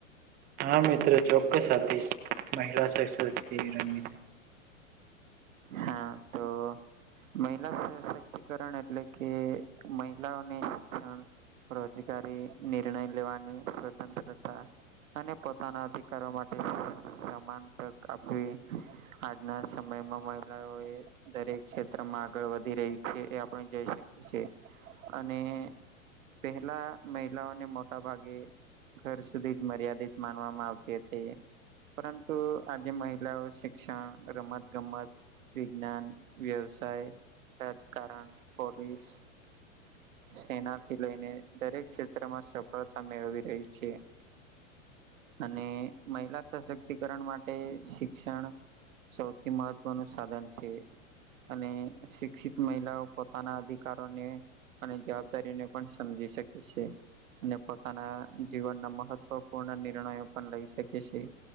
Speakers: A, on the right (about 25°); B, on the right (about 75°).
A: હા મિત્ર ચોક્કસ આપીશ મહિલા સશક્તિકરણ.
B: હા તો. મહિલા સશક્તિકરણ એટલે કે મહિલાઓને શિક્ષણ. રોજગારી નિર્ણય લેવાની સ્વતંત્રતા. અને પોતાના અધિકારો માટે સમાન તક આપવી. આજના સમયમાં મહિલાઓ એ. દરેક ક્ષેત્રમાં આગળ વધી રહી છે એ આપણે જોઈ શકી છે અને. પહેલા મહિલાઓને મોટા ભાગે. ઘર સુધી જ મર્યાદિત માનવામાં આવતી હતી એ. પરંતુ આજે મહિલાઓ શિક્ષણ રમત ગમત. વિજ્ઞાન વ્યવસાય રાજકારણ પોલીસ. સેનાથી લઈને દરેક ક્ષેત્રમાં સફળતા મેળવી રહી છે. અને મહિલા સશક્ત. ક્તિકરણ માટે શિક્ષણ સૌથી મહત્વનું સાધન છે. અને શિક્ષિત મહિલાઓ પોતાના અધિકારોને અને જવાબદારીને પણ સમજી શકે છે અને પોતાના જીવનના મહત્વપૂર્ણ નિર્ણયો પણ લઈ શકે છે.